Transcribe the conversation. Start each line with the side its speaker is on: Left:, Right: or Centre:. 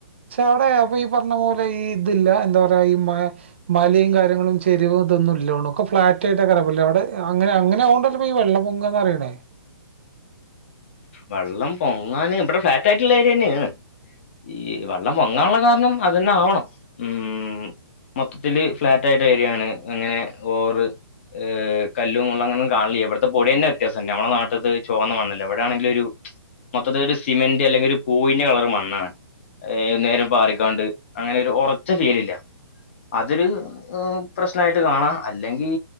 Right: സാറേ അപ്പൊ ഈ പറഞ്ഞ പോലെ ഈ ഇതില്ല എന്താ പറയാ ഈ മലയും കാര്യങ്ങളും ചരിവും ഇതൊന്നും ഇല്ലൊണു ഫ്ളാറ്റ് ആയിട്ടക്കാരം ലെ അവിടെ അങ്ങനെ അങ്ങനെകണ്ടല്ലോ അപ്പ ഈ വെള്ളൊങ്ങന്ന്റിയണേ
Left: വെള്ളം പൊങ്ങാൻ ഇവിടെ ഫ്ളാറ്റ് ആയിട്ടുള്ള ഏരിയന്നെണ് ഈ വെള്ളം പൊങ്ങാനുള്ള കാരണം അതന്നെ ആവണം ഉം മൊത്തത്തില് ഫ്ളാറ്റ് ആയിട്ട ഏരിയാണ് എങ്ങനെ ഓറ് ഏ കല്ലും മുള്ള ങ്ങൊന്നും കാണില്ല ഇവിടത്തെ പൊടി തന്നെ വ്യത്യാസംല്ല നമ്മുടെ നാട്ടത് ചൊവന്ന മണ്ണല്ലേ അവിടെ താണെങ്കിലൊരു മൊത്തത്തി ഒരു സിമന്റ് അല്ലെങ്കിൽ ഒരു പൂയിന്റെ കളറ് മണ്ണാണ് ഏ നേരം പാറിക്കാണ്ട് അങ്ങനെ ഒരു ഉറച്ച ഫീല് ഇല്ല അതൊരു പ്രശ്നായിട്ട് കാണാം അല്ലെങ്കിൽ